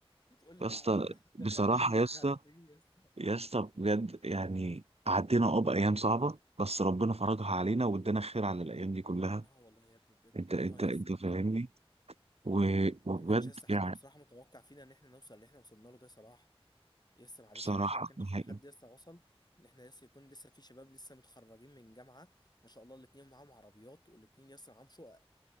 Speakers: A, on the left (about 40°); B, on the right (about 80°).
A: وتقول لي
B: يا
A: تعالى
B: اسطى
A: ن-
B: بصراحه
A: نغني لي ومش
B: يا اسطى
A: عارف ايه يس
B: يا اسطى بجد يعني عدينا اه بايام صعبه بس ربنا فرجها علينا وادانا خير على الايام دي كلها
A: لا والله يا ابني بجد
B: انت انت
A: اه يس
B: انت فاهمني
A: بجد
B: و- وبجد
A: يعني ما كانش لسه حد
B: يعني
A: بصراحه متوقع فينا ان احنا نوصل اللي احنا وصلنا له ده صلاح يس معلش
B: بصراحة
A: يعني احنا ما كانش
B: نهائي
A: فينا حد لسه وصل ان احنا لسه يكون لسه في شباب لسه متخرجين من جامعه ما شاء الله الاتنين معاهم عربيات والاتنين لسه معاهم شقق